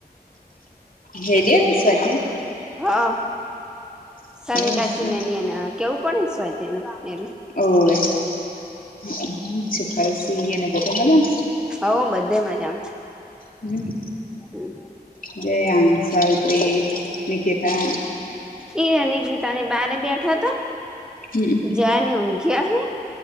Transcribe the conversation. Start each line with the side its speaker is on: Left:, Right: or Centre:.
Left: હે્યા સ્વાતી
Centre: હા
Left: સ્વાધ્યાય
Centre: સવ કાચીન એની એને કેવું પડે સ્જ્યનુ એ
Left: ઓવેીળ સીને બધા બા
Centre: હવ બધે મજા
Left: હમ્મ
Centre: હમ્મ
Left: જયા સાવિત્રી નિકિતા
Centre: એઈ નિકીતા ની બારે બેઠો હતો.
Left: હમ્મ
Centre: જયાનેવઊ ક હૈ